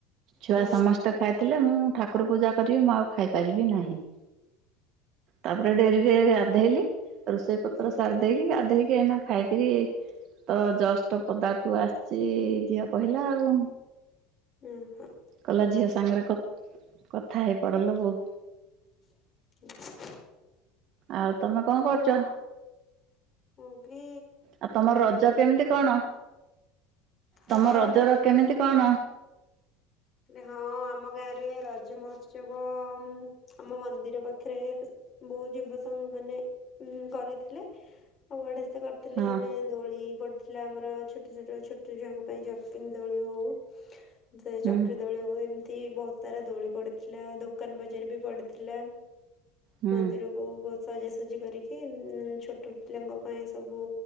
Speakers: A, on the right; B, on the left.
A: ଛୁଆ
B: ହଁ
A: ସମସ୍ତେ ଖାଇ ଥିଲେ, ମୁଁ ଠାକୁର ପୂଜା କରିବି ମୁଁ ଆଉ ଖାଇପାରିବି ନାହିଁ। ତାପରେ ଡେରିରେ ଗାଧେଇଲି ରୋଷେ ପତ୍ର ସାର ଦେଇକି ଗାଧେଇ ଏନା ଖାଇକିରି ତ ଜଷ୍ଟ ପଦାକୁ ଆସିଛି ଝିଅ କହିଲା ଆଉ।
B: ଉଁ ହିଁ
A: କଲା ଝିଅ ସାଙ୍ଗରେ କଥା ହେଇ ପଡଲ ବୋଉ।
B: <unintelligible>
A: ଆଉ ତମେ କଣ କରୁଛ?
B: ମୁଁ ଭି
A: ଆଉ ତମ ରଜ କେମିତି କଣ
B: ହଁ
A: ତମ ରଜର
B: ରଜ
A: କେମିତି କଣ।
B: ହଁ ଆମ ଗାଁରେ ରଜ ମହୋତ୍ସବ ଆମ ମନ୍ଦିର ପାଖରେ ବହୁ ଯୁବ ସଂଙ୍ଗ ମାନେ ଉ କରିଥିଲେ। ଆଉ ବଢିଆ ସେ କରିଥିଲେ
A: ହଁ
B: ମାନେ ଦୋଳି ପଡିଥିଲା ଆମର ଛୋଟ ଛୋଟ ଛୋଟ ଛୁଆଙ୍କ ପାଇଁ ଜପିଙ୍ଗ ଦୋଳି ହଉ <unintelligible>
A: ହୁଁ
B: ଦୋଳି ଉ ଏମିତି ବହୁତ ସାରା ଦୋଳି ପଡିଥିଲା ଦୋକାନ ବଜାର ବି ପଡିଥିଲା।
A: ହୁଁ
B: ମନ୍ଦିରକୁ ହୁ ବହୁ ସଜାସଜି କରିକି ଉ ଛୋଟ ପିଲାଙ୍କ ପାଇଁ ସବୁ